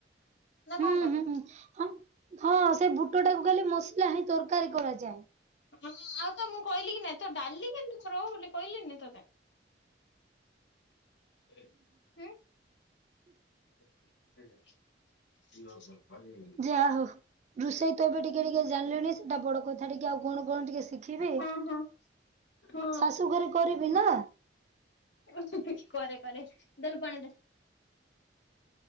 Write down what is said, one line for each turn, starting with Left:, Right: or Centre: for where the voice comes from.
Left: ନା
Right: ହୁଁ
Left: କଣ କଲ?
Right: ହୁଁ ହୁଁ ହଁ ହଁ ସେ ବୁଟ ଟାକୁ ଖାଲି ମସଲା ହିଁ ତରକାରୀ କରାଯାଏ।
Left: ହଁ ଆଉ ତ ମୁଁ କହିଲି କି ନାଇଁ ତ ଡାଲି କେମିତି କର ବୋଲି କହିଲିନି ତୋତେ? ହୁଁ ହୁଁ ନଶହ।
Right: ଯା ହେଉ ରୋଷେଇ ତ ଏବେ ଟିକେ ଟିକେ ଜାଣିଲୁନି ସେଟା ବଡ କହ ଟିକେ ଆଉ କଣ କଣ ଟିକେ ଶିଖିବି
Left: ହଁ ହଁ। ହଁ
Right: ଶାଶୁଘରେ କରିବି ନା।
Left: ହୁଁ ହୁଁ କରେ କରେ ଦେଲୁ ପାଣିଦେ।